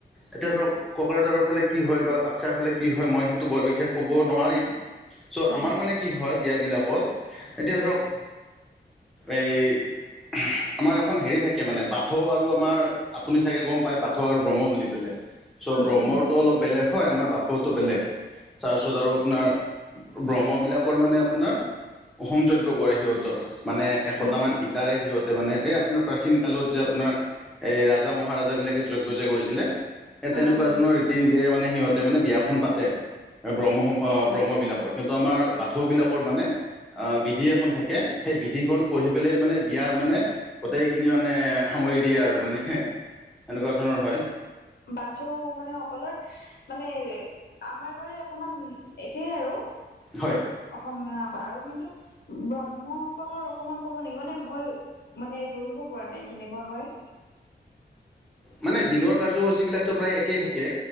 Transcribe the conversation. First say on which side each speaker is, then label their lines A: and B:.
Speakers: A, in the centre; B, on the left.
A: এতিয়া ধৰক
B: উম
A: কোকৰাঝাৰৰ ফালে কি হয় বা বাক্সাৰ ফালে কি হয় মই সেইটো বৰ বিশেষ ক'ব নোৱাৰিম চ'
B: উম
A: আমাৰ মানে কি হয় বিয়াবিলাকত এতিয়া ধৰক এই উহ আমাৰ এখন হেৰি থাকে মানে বাট থৌ আৰু আমাৰ আপুনি চাগে গম পায় বাথৌ আৰু ব্ৰহ্ম বুলি পেলাই চ'
B: উম
A: ব্ৰহ্মৰটো
B: উম
A: অলপ বেলেগ হয়, আমাৰ বাথৌটো বেলেগ তাৰপিছত
B: আচ্ছা
A: আৰু আপোনাৰ ব্ৰহ্মবিলাকৰ মানে আপোনাৰ হোম যজ্ঞ কৰে সিহঁতৰ মানে এশটামান
B: উম
A: ই তাৰে সিহঁতে মানে এই আপোনাৰ প্ৰাচীন কালত যে আপোনাৰ এই ৰাজা - মহাৰাজাবিলাকে যজ্ঞ যে কৰিছিলে এ
B: উম
A: তেনেকুৱা
B: উম
A: ধৰণৰ ৰীতি - নীতিৰে মানে সিহঁতে মানে বিয়াখন পাতে। এই ব্ৰহ্মখন অ ব্ৰহ্মবিলাকৰ কিন্তু আমাৰ বাথৌবিলাকৰ মানে আ বিধি এখন থাকে সেই বিধিখন পঢ়ি পেলাই মানে বিয়াৰ মানে গোটেইখিনি মানে সামৰি দিয়ে আৰু মানে এনেকুৱা ধৰণৰ হয়
B: বাথো মানে সকলৰ মানে আমাৰ দৰে অকমান একে আৰু
A: হয়।
B: অসমীয়া আৰু কিন্তু ব্ৰহ্মসকলৰ অকমান ক'ব নেকি মানে মই মানে ধৰিব পৰা নাই কেনেকুৱা হয়?
A: মানে দিনৰ কাৰ্যসূচীবিলাকটো প্ৰায় একেই থাকে,